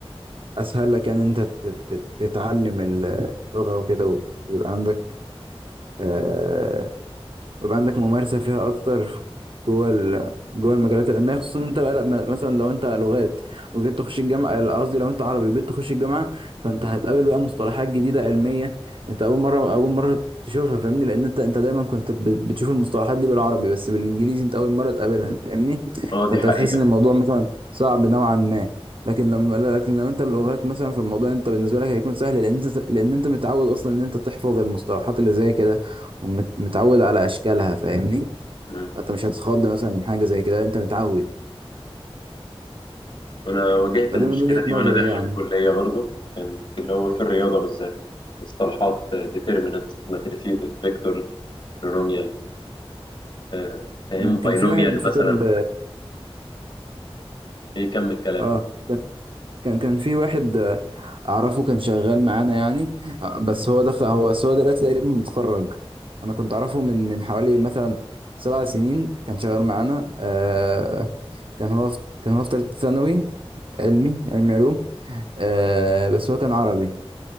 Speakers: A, on the right; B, on the left.
A: اسهل لك يعني انت تت- تت- تتعلم اللغة وكده ويبقى عندك آه، ويبقى عندك ممارسة فيها أكتر جوه ال... جوه المجالات العلمية خصوصا إن أنت بقى لما- مثلا لو أنت لغات وجيت تخش الجامعة قصدي لو أنت عربي وجيت تخش الجامعة فأنت هتقابل بقى مصطلحات جديدة علمية أنت أول مرة أول مرة تشوفها فاهمني لأن أنت أنت دايما كنت ب- بتشوف المصطلحات دي بالعربي بس بالإنجليزي أنت أول مرة تقابلها فاهمني
B: اه
A: فأنت
B: دي حقيقة
A: هتحس إن الموضوع مثلا صعب نوعا ما لكن لما لكن لو انت اللغات مثلا في الموضوع انت بالنسبه لك هيكون سهل لان انت لان انت متعود اصلا ان انت تحفظ المصطلحات اللي زي كده ومتعود على اشكالها فاهمني
B: مم.
A: فانت مش هتتخض مثلا من حاجه زي كده انت متعود
B: أنا واجهت
A: فدي
B: المشكلة
A: من وجهه نظري
B: دي وأنا داخل
A: يعني
B: الكلية برضه اللي هو في الرياضة بالذات مصطلحات determinants matrices vectors polynomials آه، فاهم
A: م، كان
B: binomial
A: في واحد في
B: مثلا
A: طب
B: إيه كمل كلام
A: اه كان كان في واحد آه، اعرفه كان شغال معانا يعني آه، بس هو دخل هو بس هو دلوقتي تقريبا متخرج انا كنت اعرفه من من حوالي مثلا سبع سنين كان شغال معانا آه كان هو في كان هو في ثالثه ثانوي علمي علمي علوم آه بس هو كان عربي